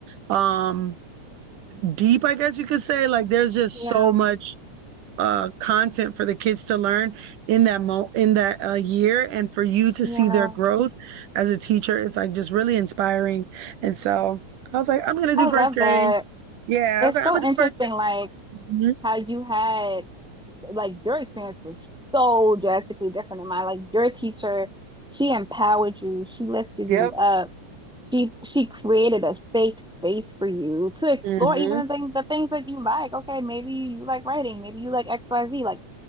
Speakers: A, on the right; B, in the centre.
A: um deep, I guess you could say. Like there's just
B: Yeah.
A: so much uh content for the kids to learn in that mo in that uh, year and for you to
B: Yeah.
A: see their growth as a teacher it's like just really inspiring. And so I was like, I'm gonna
B: I
A: do first
B: love
A: grade.
B: that.
A: Yeah,
B: It's
A: I was like,
B: so
A: I'm gonna
B: interesting.
A: do first grade.
B: Like
A: Mhm.
B: how you had like your experience was so drastically different than mine. Like your teacher, she empowered you. She lifted
A: Yep.
B: you up. She she created a safe space for you to explore
A: Mm-hmm.
B: even the things the things that you like. Okay, maybe you like writing, maybe you like XYZ. Like